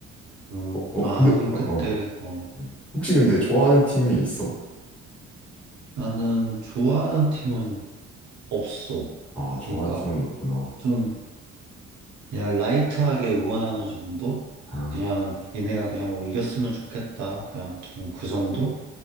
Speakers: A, on the right; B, in the centre.
A: 음,
B: 어, 어
A: 아,
B: 근데
A: 하긴
B: 어
A: 그때,
B: 어.
A: 어,
B: 음. 혹시 근데 좋아하는 팀이 있어?
A: 나는 좋아하는 팀은 없어.
B: 아 좋아하는
A: 그러니까
B: 팀은 없구나.
A: 좀 그냥 라이트하게 응원하는 정도?
B: 아
A: 그냥 얘네가 그냥 뭐 이겼으면 좋겠다. 그냥 좀 그 정도?